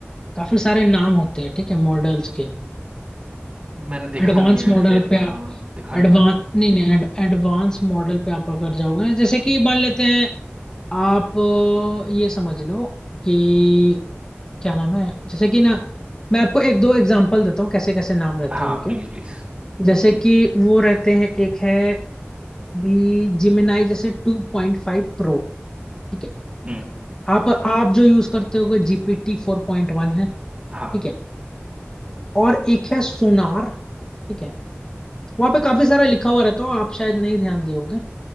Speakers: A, on the left; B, on the right.
A: काफी सारे नाम होते हैं ठीक है मॉडल्स के
B: मैंने देखा
A: एडवांस
B: नहीं है
A: मॉडल
B: ऐसे इतना
A: पे
B: देखा नहीं
A: एडवांस
B: मैंने
A: नहीं नहीं एडवांस मॉडल पे आप अगर जाओगे जैसे कि मान लेते हैं आप अ, ये समझ लो कि क्या नाम है जैसे कि ना मैं आपको एक दो एग्जांपल देता हूँ कैसे कैसे नाम रहते
B: हाँ
A: हैं उनके
B: प्लीज़ प्लीज़
A: जैसे कि वो रहते हैं एक है भी जिमिनाई जैसे टू पॉइंट फाइव प्रो ठीक है
B: हम्म
A: आप आप जो यूज करते होगे जीपीटी फोर पॉइंट वन है
B: हाँ
A: ठीक है और एक है सोनार ठीक है वहां पे काफी सारा लिखा हुआ रहता हो आप शायद नहीं ध्यान दिए होगे